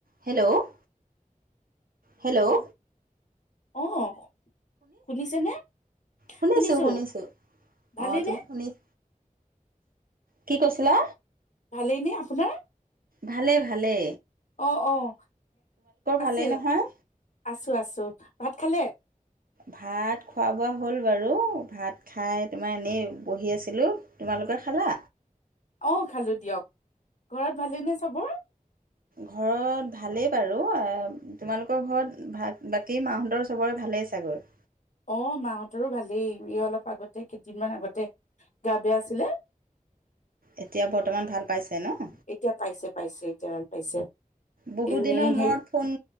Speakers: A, on the right; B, on the left.
A: Hello hello
B: আহ শুনিছেনে?
A: শুনিছোঁ
B: শুনিছো
A: শুনিছোঁ,
B: ভালেই
A: অ' তুমি
B: নে
A: শুনিছ কি কৈছিলা?
B: ভালেই নে আপোনাৰ?
A: ভালে ভালে।
B: অ' অ' আছে,
A: ভালেই নহয়?
B: আছো আছো। ভাত খালে?
A: ভাত খোৱা বোৱা হ'ল বাৰু। ভাত খাই তোমাৰ এনেই বহি আছিলোঁ। তোমালোকে খালা?
B: অ' খালো দিয়ক। ঘৰত ভালেইনে চবৰ?
A: ঘৰত ভালেই বাৰু। তোমালোকৰ ঘৰত, ভ বাকী মাহঁতৰ চবৰে ভালেই চাগে? আাগৰ
B: অ' মাহঁতৰো ভালেই। এই অলপ আগতে, কেইদিনমান আগতে, গা বেয়া আছিলে।
A: এতিয়া বৰ্তমান ভাল পাইছে ন?
B: এতিয়া পাইছে পাইছে এতিয়া ভাল পাইছে।
A: বহুত
B: এনেই
A: দিনৰ মূৰত
B: হেৰি
A: ফোন